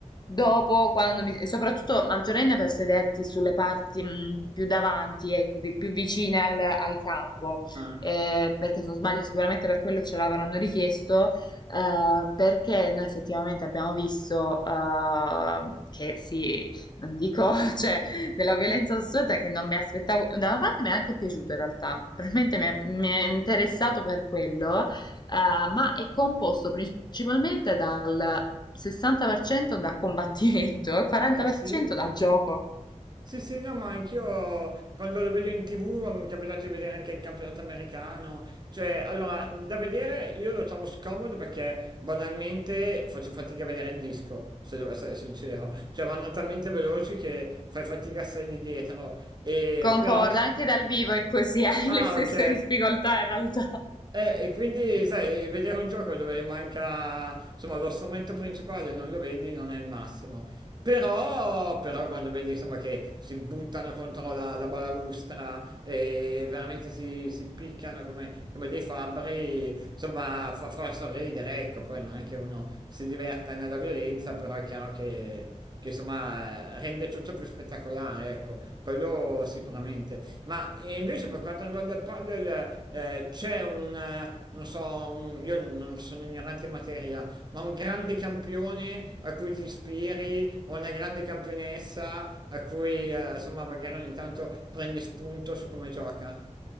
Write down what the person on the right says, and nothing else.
ah.
Eh sì,
Sì, sì, no, ma anch'io quando lo vedo in TV mi è capitato di vedere anche il campionato americano, cioè, allora, da vedere io lo trovo scomodo perché banalmente faccio fatica a vedere il disco, se devo essere sincero, cioè vanno talmente veloci che fai fatica a stare lì dietro, e
però...
Ah,
ok.
Eh, e quindi, sai, vedere un gioco dove manca, insomma, lo strumento principale non lo vedi non è il massimo. Però, però quando vedi insomma, che si buttano contro la, la balaustra e veramente si, si picchiano come, come dei fabbri, insomma fa, fa sorridere, ecco, poi non è che uno si diverta nella violenza, però è chiaro che, che, insomma rende tutto più spettacolare, ecco, quello sicuramente. Ma eh, invece per quanto riguarda il padel eh, c'è un, eh, non so, un- io non sono ignorante in materia, ma un grande campione a cui ti ispiri o una grande campionessa a cui eh, insomma magari ogni tanto prendi spunto su come gioca?